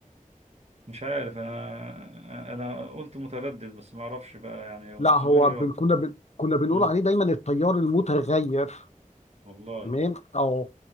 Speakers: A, on the right; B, on the left.
A: مش عارف أنا أنا قلت متردد بس معرفش بقى يعني هو
B: لا
A: مستمر
B: هو بن- كنا بن- كنا بنقول
A: مم.
B: عليه دايما التيار المتغير
A: والله
B: تمام اه